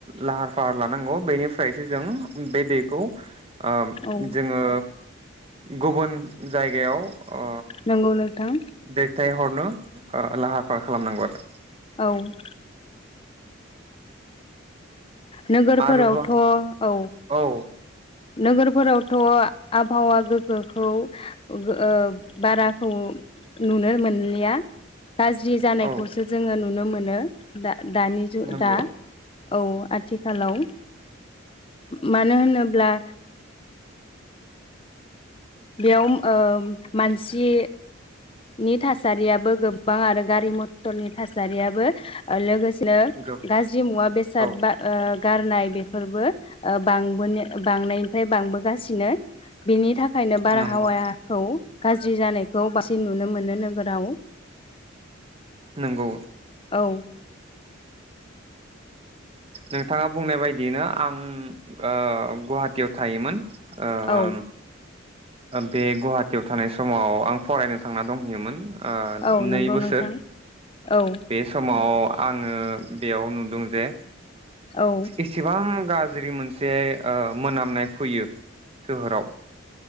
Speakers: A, on the right; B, on the left.
A: लाहार फाहार लानांग बेनिफ्रायसो जों बे दैखौ ओ
B: औ
A: जोङो गुबुन जायगायाव अ
B: नंगौ नोंथां
A: दैथायहरनो। ओ लाहार फाहार खालामनांगौ आरो
B: औ <inaudible> नोगोरफोरावथ
A: आरो आरोबाव
B: औ
A: औ
B: नोगोरफोरावथ आबहावा गोग्गोखौ ओ बाराखौ नुनो मोनलिया गाज्रि जानायखौसो
A: औ
B: जोङो नुनो मोनो दा- दानि जु
A: नंगौ
B: दा औ आ खालाव मानो होनोब्ला बेयाव ओ मानसि नि थासारियाबो गोबां आरो गारि मथरनि थासारियाबो लोगोसे नो
A: गो
B: गाज्रि मुवा बेसाद
A: औ
B: बा ओ गारनाय बेफोरबो ओ बांबोन-बांनायनिफ्राय बांबोगासिनो बेनि थाखाय नो बारहावाखौ
A: नंगौ
B: गाज्रि जानायखौ बा मोननो नोगोराव
A: नंगौ
B: औ
A: नोंथाङा बुंनाय बायदियैनो आं ओ गुवाहाटियाव थायोमोन उम
B: औ
A: बे गुवाहाटियाव थानाय समाव आं फरायनो थांना दंहैयोमोन। ओ
B: औ
A: नै
B: नंगौ
A: बोसोर
B: नोंथां औ
A: बे समाव आङो बेयाव नुदों जे
B: औ
A: एसेबां गाज्रि गाज्रि मोनसे ओ मोनामनाय फैयो सोहोराव